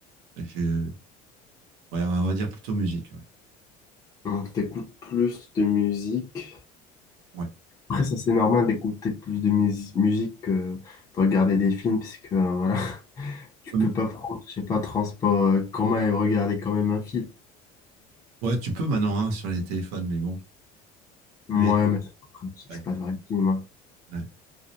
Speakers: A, on the right; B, on the left.
A: je- ouais, on va dire plutôt musique. Ouais.
B: Donc, t'écoutes plus de musique.
A: Ouais.
B: Après, ça, c'est normal d'écouter plus de mus- musique que de regarder des films, puisque, euh, voilà. Tu
A: Hum,
B: peux pas prendre, je sais pas, transport euh, commun et regarder quand même un film.
A: Ouais, tu peux maintenant hein, sur les téléphones, mais bon.
B: Moi,
A: Mais
B: mais c'est pas pratique,
A: euh,
B: c'est
A: ouais,
B: pas vrai film. hein.
A: ouais.